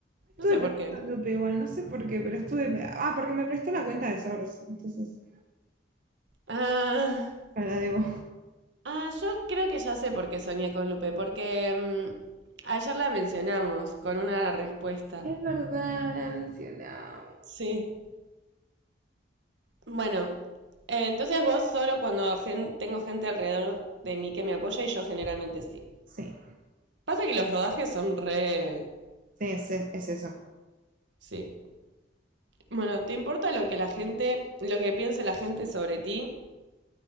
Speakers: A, on the right; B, on the right.
A: Estuve
B: No sé por
A: pensando
B: qué.
A: en Lupe igual, no sé por qué, pero estuve... pe- Ah, porque me prestó la cuenta de Source, entonces
B: Ah,
A: la debo.
B: ah, yo creo que ya sé por qué soñé con Lupe, porque mm, ayer la mencionamos con una respuesta.
A: Es verdad, la mencionamos.
B: Sí. Bueno, eh, entonces vos solo cuando gen- tengo gente alrededor de mí que me apoya y yo generalmente sí.
A: Sí,
B: Pasa que los rodajes son re...
A: sí, es, es eso.
B: Sí. Bueno, ¿te importa lo que la gente, lo que piense la gente sobre ti?